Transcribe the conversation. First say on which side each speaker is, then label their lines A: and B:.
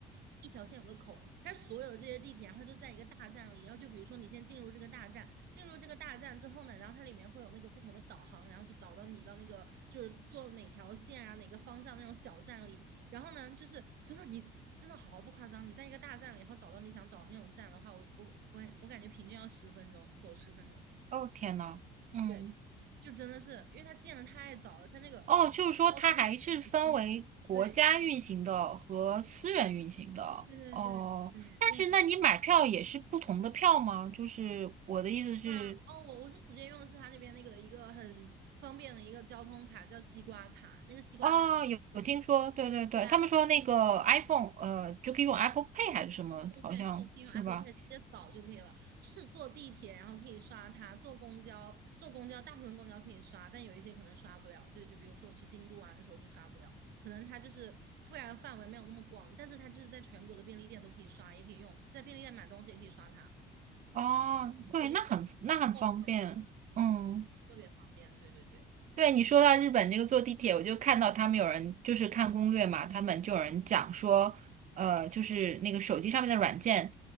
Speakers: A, on the right (about 75°); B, on the right (about 45°).
A: 一条线有个口，它是所有的这些地铁，然后它都在一个大站里。然后就比如说你先进入这个大站，进入这个大站之后呢，然后它里面会有那个不同的导航，然后就导到你到那个就是坐哪条线啊，哪个方向那种小站里。然后呢，就是真的你真的毫不夸张，你在一个大站里，然后找到你想找的那种站的话，我我我感我感觉平均要十分钟，走十分钟。
B: 哦，天呐，嗯，
A: 对，就真的是因为它建的太早了，它那个
B: 哦，就是说它还是分为国家运行的和私人运行的。
A: 交通真的对对对对对，
B: 哦，但是那你买票也是不同的票吗？
A: 就很。
B: 就是我的意思是，
A: 啊，哦，我我是直接用的是他那边那个一个很方便的一个交通卡，叫西瓜卡。那个西瓜卡
B: 哦，有有听说，
A: 就是
B: 对对对，
A: 对啊，
B: 他们说那个 iPhone，呃，就可以用 Apple Pay 还是什么，
A: 对对，
B: 好像是吧？
A: 是可以用 Apple Pay 直接扫就可以了。就是坐地铁，然后可以刷它；坐公交，坐公交大部分公交可以刷，但有一些可能刷不了。对，就比如说我去京都玩的时候就刷不了，可能它就是覆盖的范围没有那么广，但是它就是在全国的便利店都可以刷，也可以用，在便利店买东西也可以刷它。
B: 哦，对，
A: 我就觉得
B: 那很那很方便，
A: 哦
B: 嗯。
A: 特别方便。对对对。
B: 对你说到日本这个坐地铁，我就看到他们有人就是看攻略嘛，他们就有人讲说，呃，就是那个手机上面的软件，